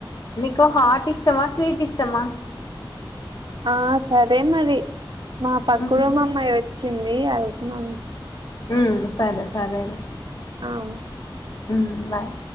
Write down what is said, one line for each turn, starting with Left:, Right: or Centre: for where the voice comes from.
Left: ఎకో హార్ట్ ఇష్టమా స్వీట్ ఇష్టమా
Right: ఆ సరే మరి మా పాకుడ
Left: ఉ
Right: మామ్మాయోజచ్చ చింది వెళ్గుతున్నాను
Left: మ్మ్ సరే సరే లే
Right: ఆ
Left: మ్మ్ బాయ్